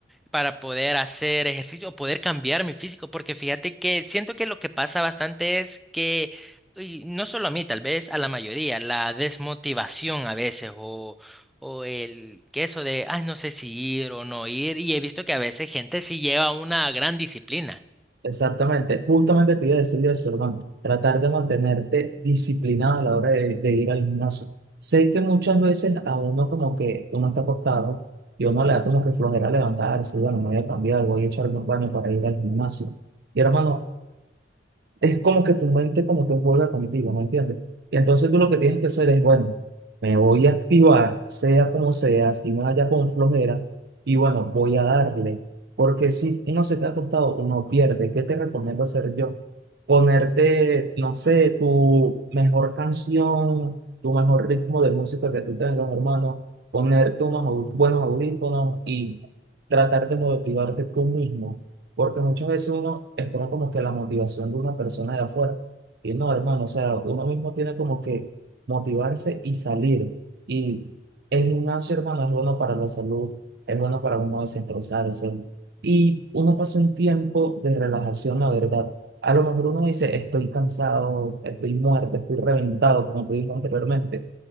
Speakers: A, in the centre; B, on the right.
A: para poder hacer ejercicio o poder cambiar mi físico, porque fíjate que siento que lo que pasa bastante es que, y no solo a mí, tal vez a la mayoría, la desmotivación a veces o, o el que eso de, ay, no sé si ir o no ir, y he visto que a veces gente sí lleva una gran disciplina.
B: Exactamente, justamente te iba a decir eso, hermano. Tratar de mantenerte disciplinado a la hora de, de ir al gimnasio. Sé que muchas veces a uno como que uno está acostado y uno le da como que flojera levantarse, bueno, me voy a cambiar, voy a echarme un baño para ir al gimnasio. Y hermano, es como que tu mente como que juega contigo, ¿me entiendes? Y entonces tú lo que tienes que hacer es, bueno, me voy a activar, sea como sea, si me vaya con flojera, y bueno, voy a darle. Porque si uno se queda acostado, uno pierde. ¿Qué te recomiendo hacer yo? Ponerte, no sé, tu mejor canción, tu mejor ritmo de música que tú tengas, hermano. Ponerte unos au- buenos audífonos y tratar de motivarte tú mismo porque muchas veces uno espera como que la motivación de una persona de afuera. Y no, hermano, o sea, uno mismo tiene como que motivarse y salir. Y el gimnasio, hermano, es bueno para la salud, es bueno para uno desestresarse. Y uno pasa un tiempo de relajación, la verdad. A lo mejor uno dice, estoy cansado, estoy muerto, estoy reventado, como te dije anteriormente.